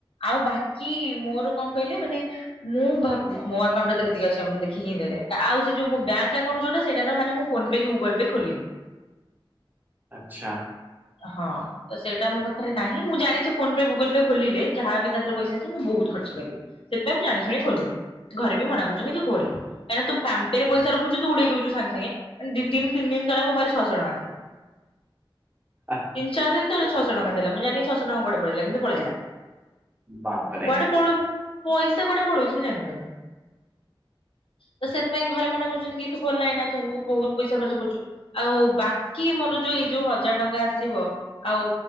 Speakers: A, on the left; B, on the right.
A: ଆଉ ବାକି ମୋର କଣ କହିଲେ ମାନେ ମୁଁ ଭା ମୋ ଆକାଉଣ୍ଟରେ ତ କେତିକି ଅଛି ଆପଣ ଦେଖି ହିଁ ଦେଲେ ଆଉ ସେ ଯୋଉ ମୋ ବ୍ୟାଙ୍କ ଆକାଉଣ୍ଟ ଯୋଉଟା ସେଇଟାର ମାନେ ମୁଁ ଫୋନ ପେ କି ଗୁଗଲ ପେ ଖୋଲିନି।
B: ଆଚ୍ଛା।
A: ହଁ। ତ ସେଇଟା ମୋ ପାଖରେ ନାହିଁ ମୁଁ ଜାଣିଚି ଫୋନ ପେ ଗୁଗୁଲ୍ ପେ ଖୋଲିଲେ ଯାହା ବି ତା ଦେହରେ ପଇସା ଅଛି ମୁଁ ବହୁତ ଖର୍ଚ୍ଚ କରିବି। ସେପାଇଁ ମୁଁ ଜାଣି ଶୁଣି ଖୋଲୁନି ଘରେ ବି ମନା କରୁଛନ୍ତି କି ଖୋଲେନି। କାଁଇ ନା ତୁ ଫାନ ପେରେ ପଇସା ରଖୁଚୁ ଉଡେଇ ଦଉଛୁ ସାଙ୍ଗ ସାଙ୍ଗେ ମାନ ଦିଦିନି ତିିନି ଦିନ ତଳେ ମୋ ପାଖରେ ଛଶହ ଟଙ୍କା ଥିଲା।
B: ଆ।
A: ତିନ ଚାର ଦିନ ତଳେ ଛଅଶ ଟଙ୍କା ଥିଲା ମୁ ଜାଣିନି ଛଅଶ ଟଙ୍କା କୁଆଡେ ପଳେଇଲା କିନ୍ତୁ ପଳେଇଲା।
B: ବାପରେ।
A: କୁଆଡେ ପଳଉ ପଇସା କୁଅଡେ ପଳଉଚି ମୁଁ ଜାଣିପାରୁନି। ତ ସେଥିପାଇଁ ଘରେ ମନା କରୁଛନ୍ତି କି ତୁ ଖୋଲନା ଏନା ତୁ ବହୁତ ପଇସା ଖର୍ଚ କରୁଚୁ। ଆଉ ବାକି ମୋର ଯୋଉ ଏଇ ଯୋଉ ହଜାର ଟଙ୍କା ଆସିବ ଆଉ